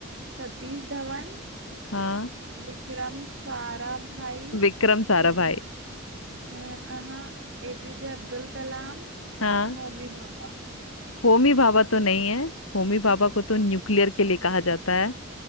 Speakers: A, on the right (about 60°); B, on the left (about 80°).
A: सतीश धवन
B: हाँ
A: विक्रम साराभाई
B: विक्रम साराभाई
A: एपी हाँ एपीजे अब्दुल कलाम
B: हाँ
A: होमी भाभा
B: होमी भाभा तो नहीं है होमी भाभा को तो न्यूक्लियर के लिए कहा जाता है